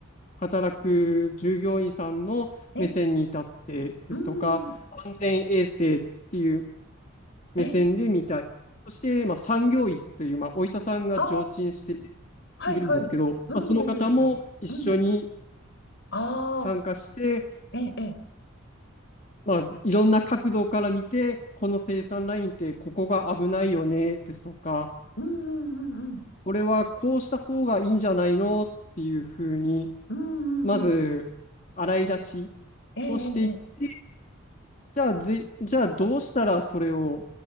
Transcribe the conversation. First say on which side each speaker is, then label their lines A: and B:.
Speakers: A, on the left; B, on the left.
A: 働く従業員さんの目線に立ってですとか、
B: ええ。うん。
A: 安全衛生っていう目線で見たり、
B: ええ。
A: そして、まあ、産業医という、まあ、お医者さんが常駐して
B: ああ、はいはい。
A: いるんですけど、
B: うん、
A: まあ、その方も一緒に
B: 作業する。うん。ああ、
A: 参加して、
B: ええええ。
A: まあ、いろんな角度から見て、この生産ラインってここが危ないよねですとか、
B: うんうんうんうん。
A: これはこうした方がいいんじゃないのっていうふうに、
B: うん
A: まず洗い出し
B: うんうん。ええええええ。
A: をしていって、じゃあぜ、じゃあどうしたらそれを